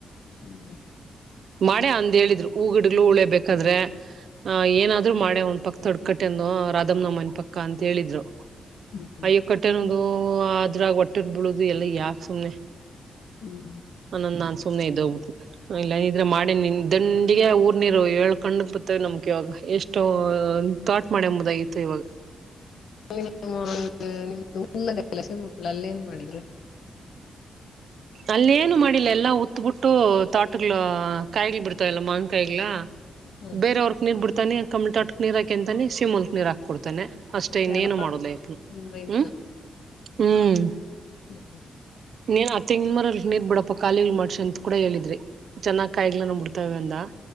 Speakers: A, on the left; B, on the right.
A: ಹ್ಮ್
B: ಮಾಡೆ ಅಂದ ಹೇಳಿದ್ರು ಹೂ ಗಿಡ್ಗ್ಳು ಉಳೇ ಬೇಕಾದ್ರೆ ಆ ಏನಾದ್ರು ಮಾಡೆ ಒಂದ್ ಪಕ್ಕ ತೊಡ್ಕಟ್ಟೆಂದು ರಾಧಮನಮ್ಮನ ಪಕ್ಕ ಅಂತ ಹೇಳಿದ್ರು
A: ಹ್ಮ್ ಹ್ಮ್
B: ಅಯ್ಯೋ ಕಟ್ಟೆನದು ಅದ್ರಾಗ ಒಟ್ಟರ್ ಬಿಳುದು ಎಲ್ಲ ಯಾಕ ಸುಮ್ನೆ
A: ಹ್ಮ್
B: ಅನ್ನಂದ ನನ್ ಸುನೆ ಇದ್ದೋಗ್ಬಿದೆ ಇಲ್ಲ ಇದಿದ್ರೆ ಮಾಡಿ ನಿ ದಂಡಿಗೆ ಊರ್ ನೀರು ಎಳ್ ಕಣ್ಣಕ್ ಬತವ ನಮ್ಕ್ ಇವಾಗ ಎಷ್ಟ್ ಥಾಟ್ ಮಾಡೆ ಮುದಾಗಿತ್ತು ಇವಾಗ
A: ನಿಮ್ದುದ ಕೆಲ ಸಿಮ ಅಲ್ಲೇಏನ್ ಮಾಡಿದ್ರೆ
B: ಅಲ್ಲ ಏನು ಮಾಡಿಲ್ಲ ಎಲ್ಲಾ ಉತ್ಬಿಟ್ಟು ತಾಟಗ್ಗಳ ಕಾಯಿಗ್ಗಳು ಬಿಡ್ತಾವ ಎಲ್ಲ ಮಾವನ್ ಕಾಯಿಗ್ಗಳ
A: ಹ್ಮ್
B: ಬೇರೆ ಅವ್ರಕ್ ನೀರ್ ಬಿಡ್ಾನೆ ಕಮಿಟಾಟಕ್ ನೀರ್ ಹಾಕಂತಾನಿ ಸಿಮುಲ್ಕ್ ನೀರ್ ಹಾಕ್ ಕೊಡ್ತಾನೆ ಅಷ್ಟೇ ಇನ್ನೇನು
A: ಯಾರೋ
B: ಮಾಡುದಪ್ಪ
A: ನಿಮ್ಮ ಇದನ್ನ
B: ಹ್ಮ್ ಹ್ಮ್
A: ಹ್ಮ್
B: ನೀ ಅತ್ತೆಂಗ ಮರ ನೀರ್ ಬಿಡಪ್ಪ ಖಾಲಿಗಳು ಮಾಡ್ಸಿ ಅಂತ ಕೂಡ ಹೇಳಿದ್ರಿ ಚೆನ್ನ್ ಕಾಯಿಗಳನ ಬಿಡ್ತಾವವೆ ಅಂದ